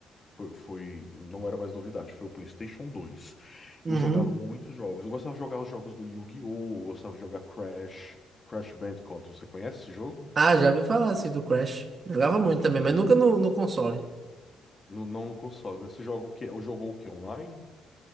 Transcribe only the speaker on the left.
foi, foi- não era mais novidade, foi o PlayStation dois
Eu jogava muitos jogos. Eu gostava de jogar os jogos do Yu-Gi-Oh! Eu gostava de jogar Crash, Crash Bandicoot. Você conhece esse jogo?
Pois
é.
No- não no console, né? Você joga o quê? Ou jogou o quê? Online?